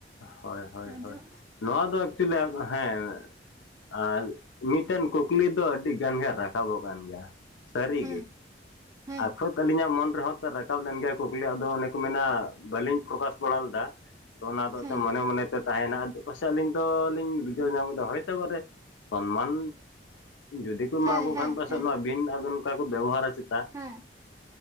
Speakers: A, on the left; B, on the right.
A: ᱦᱳᱭ ᱦᱳᱭ
B: ᱟᱫᱚ
A: ᱦᱳᱭ ᱱᱚᱶᱟ ᱫᱚ ᱮᱠᱪᱩᱭᱮᱞᱤ ᱦᱮᱸ ᱟᱨ ᱢᱤᱫ ᱴᱮᱱ ᱠᱩᱠᱞᱤ ᱫᱚ ᱟᱹᱰᱤ ᱜᱟᱱ ᱜᱮ ᱨᱟᱠᱟᱵ ᱠᱟᱱ ᱜᱮᱭᱟ ᱥᱟᱹᱨᱤ
B: ᱦᱮᱸ
A: ᱜᱮ
B: ᱦᱮᱸ
A: ᱟᱠᱷᱚᱛ ᱟᱹᱞᱤ ᱧᱟᱜ ᱢᱚᱱ ᱨᱮᱦᱚᱸ ᱛᱚ ᱨᱟᱠᱟᱵ ᱞᱮᱱ ᱜᱮᱭᱟ ᱠᱩᱠᱞᱤ ᱟᱫᱚ ᱚᱱᱮ ᱠᱚ ᱢᱮᱱᱟ ᱵᱟᱹᱞᱤᱧ ᱯᱨᱚᱠᱟᱥ ᱵᱟᱲᱟ ᱞᱮᱫᱟ ᱛᱚ ᱚᱱᱟ ᱫᱚ
B: ᱦᱮᱸ
A: ᱢᱚᱱᱮ ᱢᱚᱱᱮ ᱛᱮ ᱛᱟᱦᱮᱱᱟ ᱟᱫᱚ ᱯᱟᱥᱮᱡ ᱟᱹᱞᱤᱧ ᱫᱚᱞᱤᱧ ᱵᱩᱡᱷᱟᱹᱣ ᱧᱟᱢ ᱠᱮᱫᱟ ᱦᱚᱳᱭᱛᱳ ᱵᱟᱨᱮ ᱥᱚᱱᱢᱟᱱ ᱡᱩᱫᱤ ᱠᱚ ᱮᱢᱟᱠᱚ
B: ᱦᱮᱸ ᱦᱮᱸ
A: ᱠᱷᱟᱱ ᱯᱟᱥᱮᱫ
B: ᱦᱮᱸ
A: ᱱᱚᱶᱟ ᱟᱹᱵᱤᱱ ᱟᱵᱮᱱ ᱚᱱᱠᱟ ᱠᱚ ᱵᱮᱵᱚ ᱦᱟᱨᱟ ᱪᱮᱛᱟ
B: ᱦᱮᱸ